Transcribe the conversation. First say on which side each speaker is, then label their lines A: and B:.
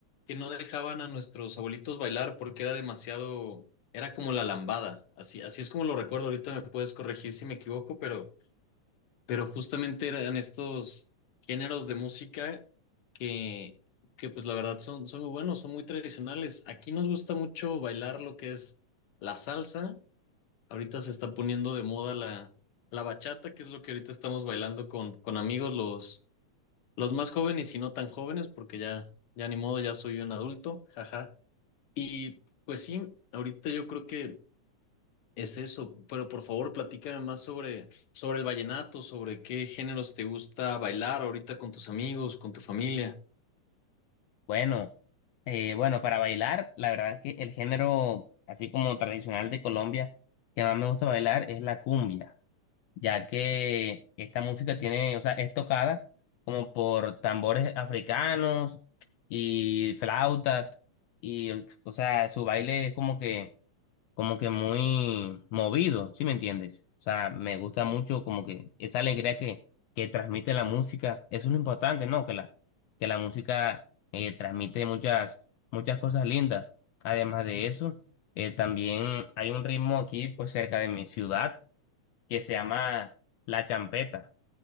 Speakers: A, on the left; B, on the left.
A: que no dejaban a nuestros abuelitos bailar porque era demasiado, era como la lambada. Así, así es como lo recuerdo. Ahorita me puedes corregir si me equivoco, pero pero justamente eran estos géneros de música que, que pues la verdad son, son muy buenos, son muy tradicionales. Aquí nos gusta mucho bailar lo que es la salsa. Ahorita se está poniendo de moda la, la bachata, que es lo que ahorita estamos bailando con, con amigos, los, los más jóvenes y no tan jóvenes, porque ya, ya ni modo, ya soy un adulto, jaja. Y pues sí, ahorita yo creo que es eso, pero por favor platícame más sobre, sobre el vallenato, sobre qué géneros te gusta bailar ahorita con tus amigos, con tu familia.
B: Bueno, eh, bueno, para bailar, la verdad es que el género, así como tradicional de Colombia, que más me gusta bailar es la cumbia, ya que esta música tiene, o sea, es tocada como por tambores africanos y flautas, y, o sea, su baile es como que como que muy movido, ¿sí me entiendes? O sea, me gusta mucho como que esa alegría que, que transmite la música, eso es lo importante, ¿no? Que la, que la música eh, transmite muchas, muchas cosas lindas. Además de eso, eh, también hay un ritmo aquí, pues cerca de mi ciudad, que se llama la champeta,